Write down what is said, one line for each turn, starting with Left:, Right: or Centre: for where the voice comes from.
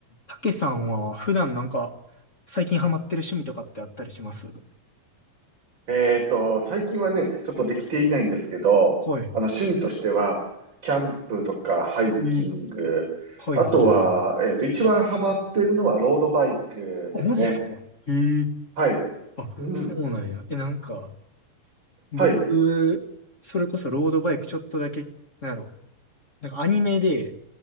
Left: たけさんは普段なんか最近ハマってる趣味とかってあったりします
Right: えっと、最近はね、ちょっとできていないんですけど、
Left: はい。
Right: あの、趣味としては、キャンプとかハイキング、
Left: えーはいはいはい。
Right: あとは、えっと、一番ハマってるのはロードバイクですね。
Left: あ、マジっすかえー
Right: はい。
Left: あ、
Right: うん。
Left: そうなんや。え、なんか、僕、
Right: はい。
Left: それこそロードバイクちょっとだけ、なんやろ。なんかアニメで、